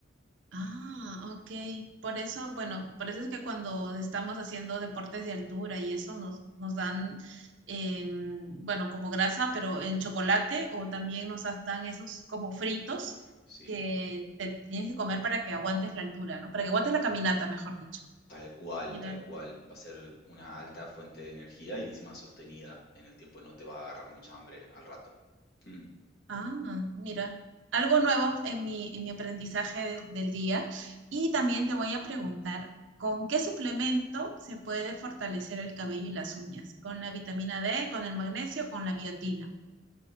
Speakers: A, on the right (about 75°); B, on the left (about 55°).
A: Ah, ok. Por eso, bueno, por eso es que cuando estamos haciendo deportes de altura y eso nos, nos dan, eh, bueno, como grasa, pero en chocolate o también nos has- dan esos como fritos
B: ¿sí?
A: que te tienes que comer para que aguantes la altura, ¿no? Para que aguantes la caminata, mejor dicho.
B: Tal cual,
A: Mira.
B: tal cual. Va a ser una alta fuente de energía y encima sostenida en el tiempo, no te va a agarrar mucha hambre al rato. Mm.
A: Ah, mira, algo nuevo en mi, en mi aprendizaje de- del día. Y también te voy a preguntar, ¿con qué suplemento se puede fortalecer el cabello y las uñas? ¿Con la vitamina D, con el magnesio, con la biotina?